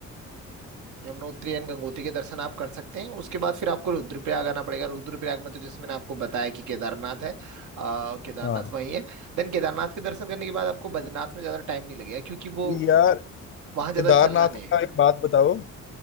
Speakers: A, on the right; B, on the left.
A: यमुनोत्री एंड गंगोत्री के दर्शन आप कर सकते हैं उसके बाद फिर आपको रुद्रप्रयाग आना पड़ेगा रुद्रप्रयाग में तो जैसे मैंने आपको बताया कि केदारनाथ है आ, केदारनाथ
B: हाँ
A: वहीं है देन केदारनाथ के दर्शन करने के बाद आपको बद्रीनाथ में ज्यादा टाइम नहीं लगेगा क्योंकि वो
B: तो यार
A: वहां
B: केदारनाथ
A: ज्यादा चलना नहीं है
B: का एक बात बताओ